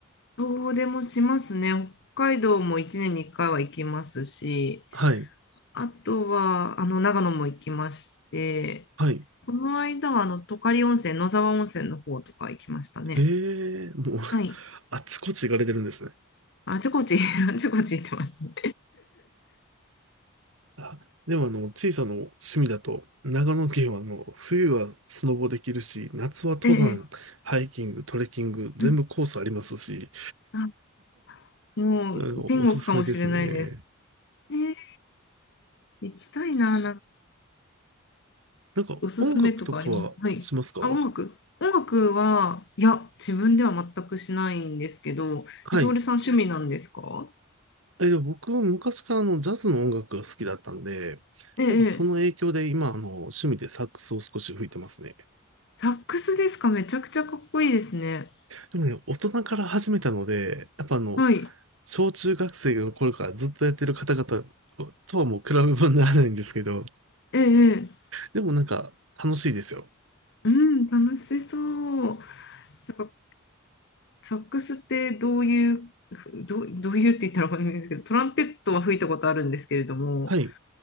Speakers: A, on the left (about 60°); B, on the right (about 70°).
A: 遠出もしますね。北海道も1年に1回は行きますし、
B: はい。
A: あとはあの長野も行きまして、
B: はい。
A: この間はあの十刈温泉、野沢温泉の方とか行きましたね。
B: ええもう、
A: はい。
B: <laughs> あっちこっち行かれてるんですね。
A: あちこち、<laughs> あちこち行ってますね。
B: あ、でもあの、小さな趣味だと、長野県はあの、冬はスノボできるし、夏は登山、
A: <laughs> ええ、
B: ハイキング、トレッキング、全部コースありますし、
A: うんあ、もう天国かもしれないです。
B: あの、おすすめですね。
A: ええ、行きたいな、なんか
B: なんか音楽とかはしますか
A: おすすめとかありますはい。あ、音楽音楽は、いや、自分では全くしないんですけど、
B: はい。
A: え、徹さん趣味なんですか
B: え、でも僕、昔からあのジャズの音楽が好きだったんで、
A: ええ、
B: なんかその影響で今、
A: ええ
B: あの、趣味でサックスを少し吹いてますね。
A: サックスですかめちゃくちゃかっこいいですね。
B: でもね、大人から始めたので、やっぱあの、
A: はい。
B: 小中学生の頃からずっとやってる方々とはもう比べ物にならないんですけど、
A: ええ、ええ
B: でもなんか楽しいですよ。
A: うん、楽しそう。なんか、サックスってどういう、どう、どういうって言ったらわかんないんですけど、トランペットは吹いたことあるんですけれども、
B: はい。